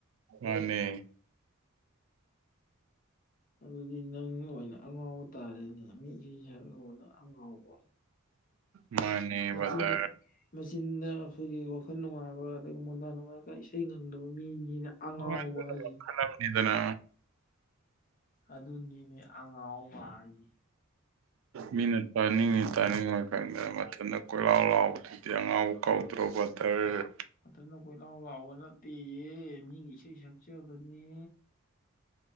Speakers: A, on the right (about 65°); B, on the left (about 40°).
A: ꯃꯥꯅꯦ꯫
B: ꯑꯗꯨꯗꯤ ꯅꯪ ꯑꯣꯏꯅ ꯑꯉꯥꯎꯕ ꯇꯥꯔꯦꯅꯦ ꯃꯤ ꯏꯁꯩ ꯁꯥꯛꯑꯒꯕꯨ ꯑꯉꯥꯎꯕ
A: ꯃꯥꯅꯦ
B: ꯃꯆꯤꯟꯗ
A: ꯕꯗ꯭ꯔ
B: ꯃꯆꯤꯟꯗ ꯑꯩꯈꯣꯏꯒꯤ ꯋꯥꯈꯜ ꯅꯨꯡꯉꯥꯏꯕ ꯑꯗꯒꯤ ꯃꯣꯟꯗꯥ ꯅꯨꯡꯉꯥꯏꯔꯒ ꯏꯁꯩ ꯉꯪꯗꯕ ꯃꯤꯅꯤꯅ ꯑꯉꯥꯎꯕ
A: ꯍꫭꯏ ꯑꯗꯨꯅ
B: ꯍꯥꯏꯁꯦ
A: ꯈꯥꯟꯅꯕꯅꯤꯗꯅ
B: ꯑꯗꯨꯅꯤꯅꯦ ꯑꯉꯥꯎꯕ ꯍꯥꯏꯁꯦ ꯫
A: ꯃꯤꯅ ꯇꯥꯅꯤꯡꯉꯤ ꯇꯥꯅꯤꯡꯉꫭꯏ ꯈꯪꯗꯅ ꯃꯊꯟꯗ ꯀꯣꯏꯂꯥꯎ ꯂꯥꯎꯕ ꯗꯤꯑꯉꯥꯎꯕ ꯀꯧꯗ꯭ꯔꯣ ꯕꯗ꯭ꯔ
B: ꯃꯊꯟꯇ ꯀꯣꯏꯂꯥꯎ ꯂꯥꯎꯕ ꯅꯠꯇꯦꯌꯦ ꯃꯤꯒꯤ ꯏꯁꯩ ꯁꯥꯛꯆꯕꯅꯦ꯫